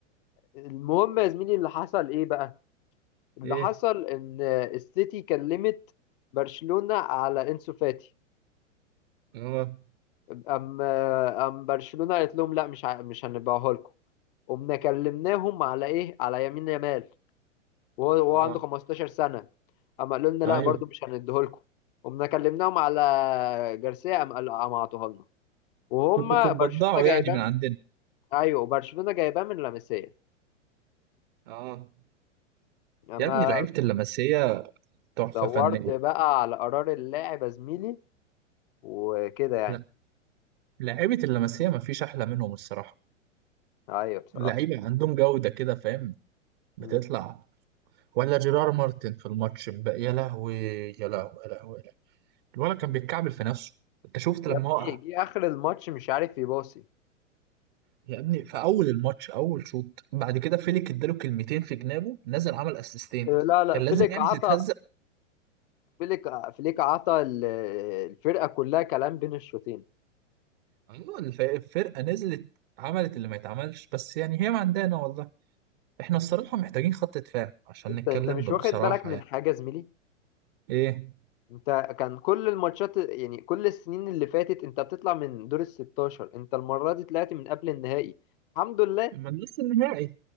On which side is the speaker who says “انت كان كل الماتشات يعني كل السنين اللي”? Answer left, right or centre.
Left